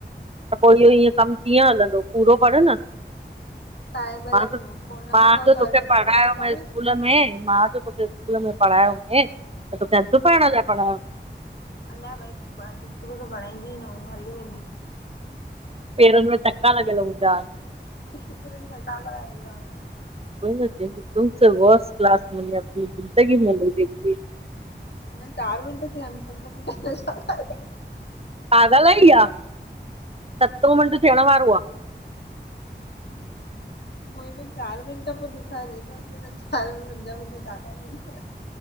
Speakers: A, on the right (about 35°); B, on the left (about 65°).
A: त पो इहो इएं कमु कीअं हलंदो पूरो पढ़ न।
B: तव्हां हिन महिल
A: मां त,
B: फोन रखंदव
A: मां जो
B: त
A: तोखे
B: वरी पोइ
A: पढ़ायो
B: पूरो वरी पढ़ांसि
A: मय स्कूल में, मां त तोखे स्कूल में पढ़ायोमय, त तोखे
B: थी
A: अधु पढण लाइ पढ़ायो।
B: अलाए भई ब टिचरूं त पढीईं दियूं ई न हुयूं। हली वेंदियूं हुयूं।
A: पेरनि में चका लॻियलु हूंदा आ।
B: टिचरुनि जा घबा ईंदा हुया।
A: कोई न तुमसे वर्स क्लासस मेंने अपनी ज़िंदगी में नही देखी।
B: अञां चारि मिंट थीया आहिनि पंज मिंट में छा ॻाल्हाय।
A: पागाल आही छा, सतो मिंट थियणु वारो आ।
B: <inaudible> मुंहिंमें चारि मिंट पो डेखारे चवासि हिन चारि पंज मिंट में छा ॻाल्हाईदव।